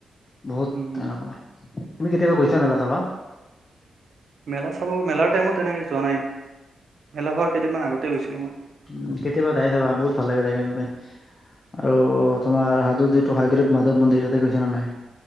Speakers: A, on the left; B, on the right.
A: বহুত
B: উম
A: তেনেকুৱা তুমি কেতিয়াবা গৈছা মেলা চাবা।
B: মেলা চাব মেলাৰ টাইমত তেনেকে যোৱা নাই মেলা হোৱাৰ কেইদিনমান আগতেই গৈছিলোঁ মই।
A: উম কেতিয়াবা যায় চাবা বহুত ভাল লাগে যায় কিনে তাতে। আৰু তোমাৰ হজোত যিটো হাইগ্ৰিব মাধৱ মন্দিৰ তাতে গৈছা নে নাই।